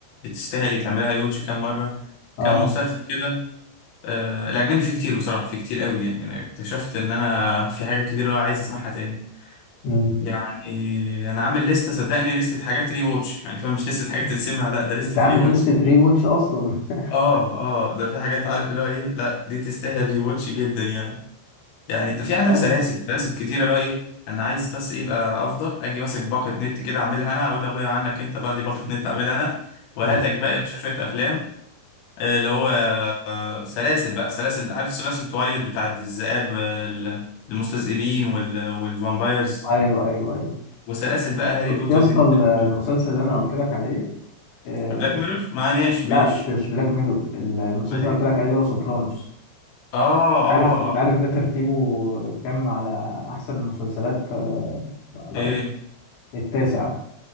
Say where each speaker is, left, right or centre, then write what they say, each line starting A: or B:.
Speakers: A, on the left; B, on the left.
A: تستاهل تعملها اي واتش كام مرة
B: اه
A: كام مسلسل كده آه الاجنبي فيه كتير بصراحة فيه كتير قوي يعني انا اكتشفت ان انا في حاجات كتير اللي هو عايز اسمعها تاني
B: مم.
A: يعني انا عامل لستة صدقني لستة حاجات ري واتش يعني فاهم مش لستة حاجات تتسمع لا ده لستة
B: انت عامل
A: ري واتش
B: لستة ري واتش اصلا <laughs>
A: اه اه ده في حاجات عارف اللي هو ايه لا دي تستاهل ري واتش جدا يعني يعني انت في
B: انت
A: عندك
B: عارف
A: سلاسل سلاسل كتيرة اللي هو ايه انا عايز بس ايه يبقى افضل اجي ماسك باقة نت كده اعملها انا اقول لابويا عنك انت بقى دي باقة نت اعملها انا وهاتك
B: مم.
A: بقى يا باشا شوية افلام آه، اللي هو آه، سلاسل بقى سلاسل عارف سلاسل تويلت بتاعت الذئاب آه، ال- المستذئبين وال- والفامبايرز
B: ايوه ايوه ايوه
A: وسلاسل بقى هاري
B: شفت
A: بوتر
B: يا اسطى
A: دي
B: ال- المسلسل اللي انا
A: ممكن
B: قلت لك عليه آه
A: بلاك ميرور ما ماشي
B: لا
A: ماشي
B: مش مش بلاك ميرور المسلسل
A: امال ايه
B: اللي قلت لك عليه اللي هو سوبرانوس
A: اه اه
B: انت عارف انت
A: اه
B: عارف ده ترتيبه كام على احسن المسلسلات آه، على
A: ايه
B: IMDb؟ التاسع